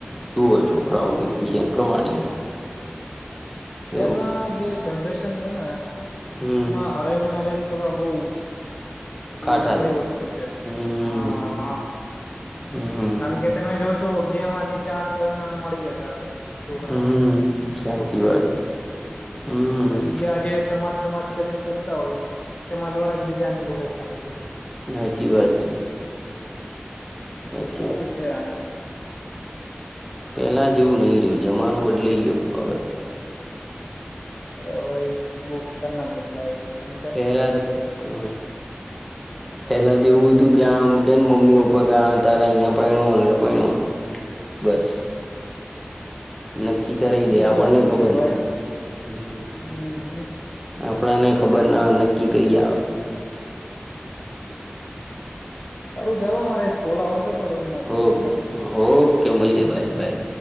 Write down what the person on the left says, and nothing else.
અત્યારના
જે જનરેશન છે ને
એમાં અરેન્જ મેરેજ કરવા બહ પેલુ
અઘરી
વસ્તુ છે
હ હા.
કારણ કે તમે જોશો બે માંથી ચાર તો એમને મળી જતા હશે છોકરાઓને.
છોકરીઓ
બીજાજે સમા સમાજ કરીને કરતા હોય સમાજ વાળા જ બીજાની જોડે પાાગી જાય.
એવું
છે આમાં.
અરે હોય બહ ખતરનાક બદલાવ છે. જેમ તેમ
એજ
વસ્તુ
છે ભાઈ
હમ
સારું જાલ મારે કોલા હો છે. તો રમ કરનો
પછી
ઓકે